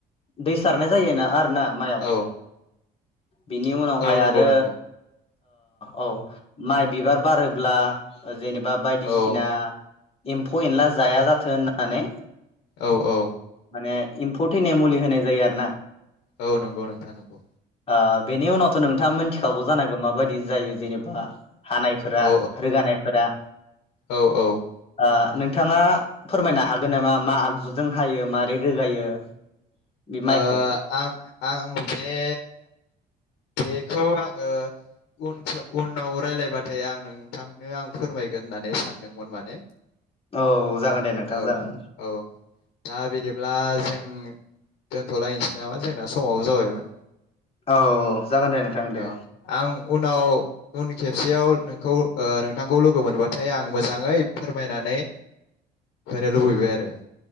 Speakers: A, on the left; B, on the left.
A: दै सारनाय जायोना आर ना माइयाव।
B: औ
A: बिनि उनावहाय
B: औ नंगौ
A: आरो
B: नंगौ
A: ओ औ माइ बिबार बारोब्ला ओ जेनेबा बायदिसिना
B: औ
A: एम्फौ एनला जाया जाथों होननानै
B: औ औ
A: माने एम्फौ थैनाय मुलि होनाय जायो आरो ना
B: औ नंगौ नोंथा नंगौ
A: ओ बेनि उनाव थ' नोंथांङा मिथिखागौ जानांगौ माबायदि जायो जेनेबा हानायफोरा
B: औ
A: रोगानायफोरा
B: औ औ
A: ओ नोंथाङा फोरमायनो हागोन नामा मा आगजुजों हायो मा नै रोगायो बे
B: ओ
A: माइखौ
B: आं आं बे बेखौ आंङो उनफो उनाव रायजलायबाथाय आं नोंथांनो आं फोरमायगोन होननानै सानदोंमोन माने
A: औ जागोन दे नोंथां
B: औ
A: जागोन
B: औ दा बिदिब्ला जों दोनथ'लायनोसै नामा जोंना समाबो जाबायमोन।
A: औ जागोन दे नोंथां दे
B: औ आं उनाव उन खेबसेयाव नोंखौ नोंथांखौ लोगो मोनबाथाय आं मोजांङै फोरमायनानै होनो लुबैबाय आरो